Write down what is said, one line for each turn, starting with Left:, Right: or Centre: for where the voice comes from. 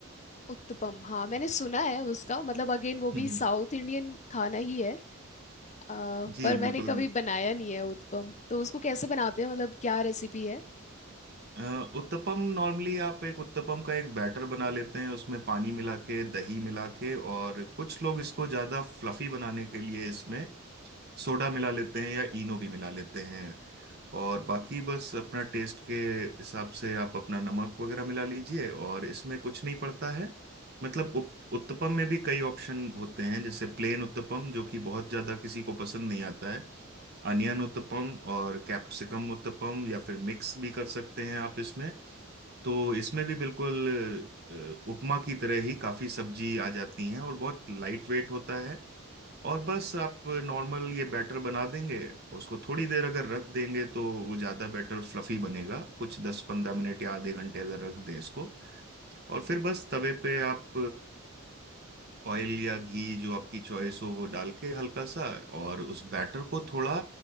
Left: उत्तपम हाँ मैंने सुना है उसका मतलब अगेन वो भी
Right: हम्म
Left: साउथ इंडियन खाना ही है आ,
Right: जी
Left: पर
Right: बिल्कुल
Left: मैंने कभी बनाया नहीं है उत्पम तो उसको कैसे बनाते हैं मतलब क्या रेसिपी है
Right: अ, उत्तपम नॉर्मली आप एक उत्तपम का एक बैटर बना लेते हैं उसमें पानी मिला के दही मिला के और कुछ लोग इसको ज्यादा फ्लफी बनाने के लिए इसमें सोडा मिला लेते हैं या इनो भी मिला लेते हैं और बाकी बस अपना टेस्ट के हिसाब से आप अपना नमक वगैरह मिला लीजिए और इसमें कुछ नहीं पड़ता है मतलब उप, उत्तपम में भी कई ऑप्शन होते हैं जैसे प्लेन उत्तपम जो कि बहुत ज्यादा किसी को पसंद नहीं आता है अनियन उत्तपम और कैप्सिकम उत्तपम या फिर मिक्स भी कर सकते हैं आप इसमें तो इसमें भी बिल्कुल अ, उपमा की तरह ही काफी सब्जी आ जाती हैं और बहुत लाइट वेट होता है और बस आप नॉर्मल ये बैटर बना देंगे उसको थोड़ी देर अगर रख देंगे तो वो ज़्यादा बैटर फ्लफी बनेगा कुछ दस पंद्रह मिनट या आधे घंटे अगर रख दें इसको और फिर बस तवे पे आप ऑयल या घी जो आपकी चॉइस हो वो डाल के हल्का सा और उस बैटर को थोड़ा